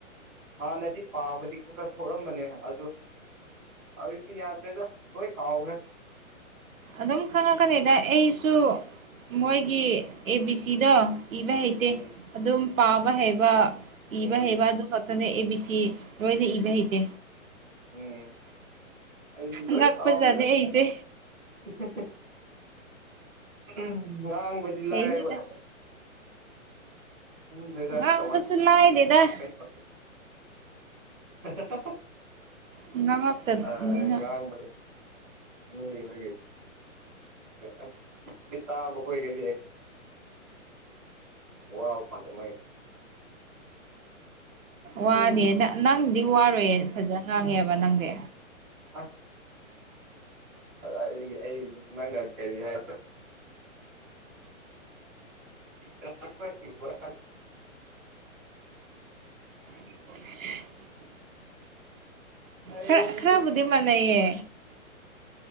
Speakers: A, in the centre; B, on the right.
A: ꯍꯥꯟꯅꯗꯤ ꯄꯥꯕꯗꯤ ꯈꯔ ꯈꯔ ꯊꯣꯛꯔꯝꯕꯅꯦ ꯑꯗꯨ ꯍꯧꯖꯤꯛꯇꯤ ꯌꯥꯗ꯭ꯔꯦꯗ ꯂꯣꯏ ꯀꯥꯎꯒ꯭ꯔꯦ
B: ꯑꯗꯨꯝ ꯈꯪꯉꯛꯀꯅꯤꯗ ꯑꯩꯁꯨ ꯃꯣꯏꯒꯤ ꯑꯦ ꯕꯤ ꯁꯤꯗꯣ ꯏꯕ ꯍꯩꯇꯦ
A: ꯎꯝ
B: ꯑꯗꯨꯝ ꯄꯥꯕ ꯍꯩꯕ ꯏꯕ
A: ꯎꯝ
B: ꯍꯩꯕ ꯑꯗꯨ ꯈꯛꯇꯅꯦ ꯑꯦ ꯕꯤ ꯁꯤ ꯂꯣꯏꯗꯤ ꯏꯕ ꯍꯩꯇꯦ꯫
A: ꯎꯝ ꯑꯩꯗꯤ ꯂꯣꯏ
B: ꯉꯛꯄꯖꯥꯠꯅꯦ
A: ꯀꯥꯎꯈ꯭ꯔꯦ ꯑꯁ
B: ꯑꯩꯁꯦ
A: ꯍ ꯍ ꯍ ꯫ ꯎꯝ ꯉꯥꯡꯕꯗꯤ ꯂꯥꯏꯌꯦꯕ
B: ꯍꯩꯅꯤꯗ
A: ꯑꯁ꯫ ꯁꯡꯗ꯭ꯔꯦꯗ
B: ꯉꯥꯡꯕꯁꯨ
A: ꯀꯃꯥꯏ <inaudible>
B: ꯂꯥꯏꯗꯦꯗ
A: <unintelligible> ꯍ ꯍ
B: ꯉꯥꯡꯉꯛꯇꯕꯅꯤꯅ
A: ꯍ ꯑ ꯉꯥꯡꯕꯁꯨ ꯃꯤ ꯍꯣꯏꯒꯤ ꯑꯁ ꯃꯤ ꯇꯥꯕ ꯈꯣꯏꯒꯤꯗꯤ ꯋꯥꯕ <unintelligible>
B: ꯋꯥꯅꯦꯅ
A: ꯎꯝ
B: ꯅꯪꯗꯤ ꯋꯥꯔꯣꯏꯌꯦ ꯐꯖꯅ ꯉꯥꯡꯉꯦꯕ ꯅꯪꯗꯤ꯫
A: ꯑꯁ ꯀꯗꯥꯏꯗꯒꯤ ꯑꯩ ꯅꯪꯅ ꯀꯔꯤ ꯍꯥꯏ <unintelligible>
B: <inaudible>
A: ꯑꯩ
B: ꯈꯔ ꯈꯔꯕꯨꯗꯤ ꯃꯥꯟꯅꯩꯌꯦ꯫